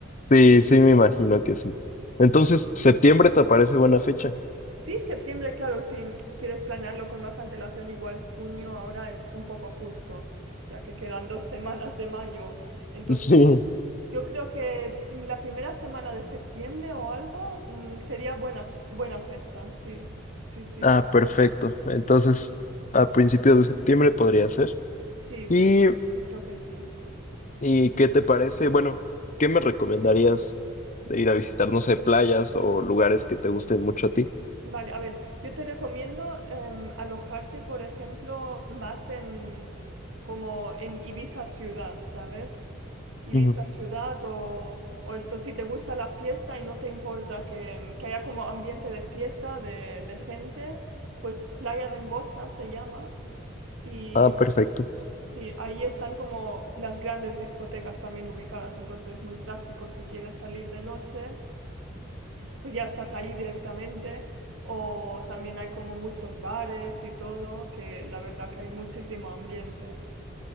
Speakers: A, on the left; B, on the right.
A: Sí, sí, me imagino que sí. Entonces, septiembre te parece buena fecha.
B: Sí, septiembre, claro, si quieres planearlo con más antelación, igual junio ahora es un poco justo, ya que quedan dos <laughs> semanas de mayo. Entonces,
A: <laughs> Sí.
B: sí, yo creo que mm, la primera semana de septiembre o algo mm, sería buenas, buena fecha, sí, sí, sí,
A: Ah, perfecto. Entonces, a principios de septiembre podría ser.
B: sí, sí,
A: ¿Y,
B: yo, yo creo que sí.
A: y qué te parece? Bueno, ¿qué me recomendarías de ir a visitar, no sé, playas o lugares que te gusten mucho a ti?
B: Vale, a ver, yo te recomiendo em, alojarte, por ejemplo, más en como en Ibiza ciudad, ¿sabes? Ibiza
A: Ujú.
B: ciudad o, o esto, si te gusta la fiesta y no te importa que, em, que haya como ambiente de fiesta, de, de gente, pues Playa de Embosa se llama. Y
A: Ah, perfecto.
B: sí, ahí están como las grandes discotecas también ubicadas, entonces es muy práctico si quieres salir de noche pues ya estás ahí directamente. O también hay como muchos bares y todo, que la verdad que hay muchísimo ambiente.